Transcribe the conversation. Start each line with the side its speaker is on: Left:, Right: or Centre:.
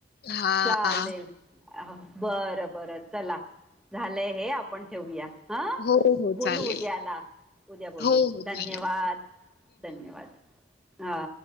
Left: हा.
Centre: चालेल बरं बरं चला झालंय हे आपण ठेवूया. हा
Left: हो हो
Centre: बोलू
Left: चालेल.
Centre: उद्याला. उद्या बोलू
Left: हो हो चालेल
Centre: धन्यवाद धन्यवाद! हा.